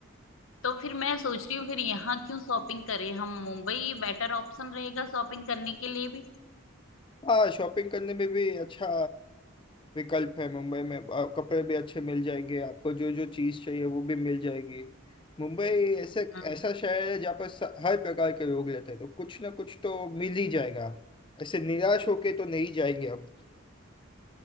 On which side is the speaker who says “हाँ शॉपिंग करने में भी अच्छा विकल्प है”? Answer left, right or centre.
Left